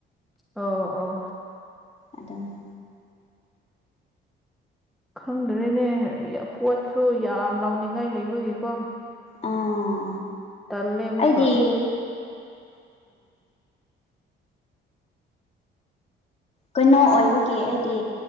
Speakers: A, in the centre; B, on the left.
A: ꯑꯣ ꯑꯣ
B: ꯑꯝ
A: ꯈꯪꯗ꯭ꯔꯦꯅꯦ ꯄꯣꯠꯁꯨ ꯌꯥꯝ ꯂꯥꯎꯅꯤꯡꯉꯥꯏ ꯂꯩꯕꯒꯤꯀꯣ
B: ꯑꯥ
A: ꯇꯜꯂꯦ ꯑꯃꯨꯛꯀꯥ
B: ꯑꯩꯗꯤ ꯀꯩꯅꯣ ꯑꯣꯏꯕꯒꯤ ꯍꯥꯏꯗꯤ